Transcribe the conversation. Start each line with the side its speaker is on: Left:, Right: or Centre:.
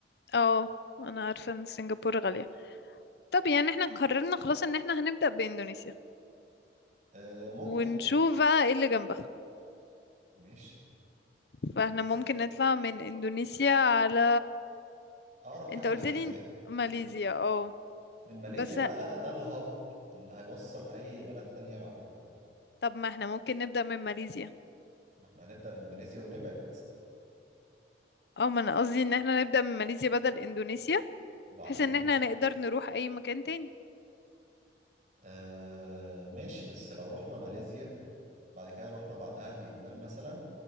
Left: اه انا عارفه ان سنغافوره غاليه طب يعني احنا قررنا خلاص ان احنا هنبدأ باندونيسيا
Right: أه ممكن
Left: ونشوف بقى ايه اللي جنبها
Right: ماشي
Left: فاحنا ممكن نطلع من اندونيسيا على
Right: أقرب حاجة
Left: انت قلت
Right: ماليزيا
Left: لي ماليزيا
Right: كده
Left: اه
Right: من ماليزيا
Left: بس
Right: بقى ده الهب اللي هيوصل أي بلد تانية بعدها
Left: طب ما احنا ممكن نبدأ من ماليزيا
Right: ما احنا هنبدأ من ماليزيا ونبعد
Left: اه ما انا قصدي ان احنا نبدأ من ماليزيا بدل اندونيسيا
Right: وبعدين
Left: بحيث ان احنا نقدر نروح اي مكان تاني
Right: أه ماشي بس لو رحنا ماليزيا بعد كده رحنا بعدها فيتنام مثلا